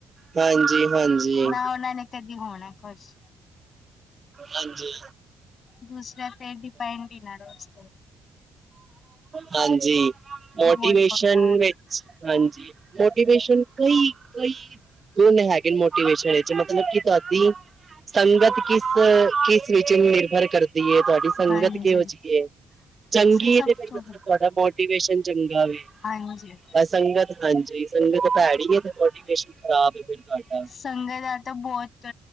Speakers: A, on the right; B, on the left.
A: ਹਾਂਜੀ ਹਾਂਜੀ ਹਾਂਜੀ
B: ਨਾ ਉਹਨਾਂ ਨੇ। ਦੀ ਹੋਣਾ ਖੁਸ਼।
A: ਹਾਂਜੀ
B: ਦੂਸਰਾ ਤੇ ਡਿਪੈਂਡ ਹੀ ਨੀ ਰਹੋ ਵਾਸ
A: ਹਾਂਜੀ ਮੋਟੀਵੇਸ਼ਨ
B: ਬਹੁਤ ਬੇਕਾਰ
A: ਵਿੱਚ ਹਾਂਜੀ ਮੋਟੀਵੇਸ਼ਨ ਕਈ ਕਈ ਦੋਨੋ ਹੈਗੇ ਮੋਟੀਵੇਸ਼ਨ ਵਿੱਚ ਮਤਲਬ ਕਿ ਤੁਹਾਡੀ ਸੰਗਤ ਕਿਸ ਕਿਸ ਵਿਚ ਨਿਰਭਰ ਕਰਦੀ ਹੈ ਤੁਹਾਡੀ ਸੰਗਤ
B: ਹਾਂਜੀ
A: ਕਿਹੋ ਜਿਹੀ ਹੈ ਚੰਗੀ
B: ਸਭ
A: ਤੇ ਫਿਰ
B: ਤੋਂ
A: ਮਤਲਬ ਤੁਹਾਡਾ ਮੋਟੀਵੇਸ਼ਨ ਚੰਗਾ ਵ
B: ਹਾਂਜੀ
A: ਸੰਗਤ ਹਾਂਜੀ ਸੰਗਤ ਭੈੜੀ ਹੈ ਤੇ ਮੋਟੀਵੇਸ਼ਨ ਖਰਾਬ ਫਿਰ ਤੁਹਾਡਾ
B: ਸੰਗਤ ਦਾ ਤਾਂ ਬਹੁਤ